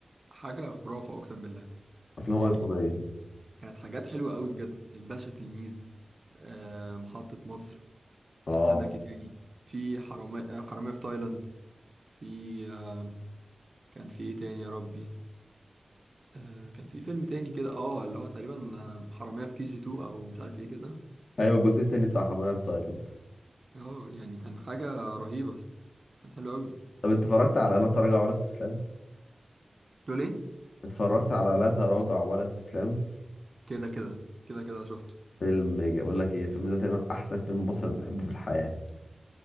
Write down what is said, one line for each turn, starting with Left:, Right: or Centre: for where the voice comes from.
Right: حاجة خرافة اقسم بالله
Left: وأفلام
Right: يعني
Left: أيقونية
Right: كانت حاجات حلوة قوي بجد الباشا تلميذ آه، محطة مصر
Left: اه
Right: عندك ايه تاني في حرامية حرامية في تايلاند في آه، كان في ايه تاني يا ربي آه، كان في فيلم تاني كده اه اللي هو تقريبا آه، حرامية في كي جي 2 او مش عارف ايه كده
Left: أيوة الجزء التاني بتاع حمارية في تايلاند
Right: اه يعني كان حاجة رهيبة بس كان حلو قوي
Left: طب أنت اتفرجت على لا تراجع ولا استسلام؟
Right: تقول ايه
Left: اتفرجت على لا تراجع ولا استسلام
Right: كده كده كده كده شفته
Left: فيلم جا- بقول لك ايه الفيلم ده تقريبا أحسن فيلم مصري أنا بحبه في الحياة